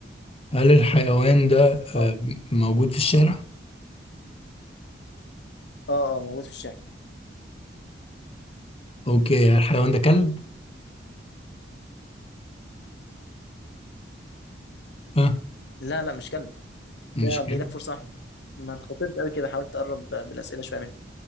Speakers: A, on the left (about 35°); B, on the left (about 65°).
A: هل الحيوان ده
B: اه
A: آه موجود في الشارع
B: اه اه موجود في الشارع
A: اوكي هل الحيوان ده كلب ها
B: لا لا مش كلب
A: مش
B: كده
A: كلب
B: باقي لك فرصة واحدة ما تخاطرش قوي كده حاول تقرب بالأسئلة شوية منه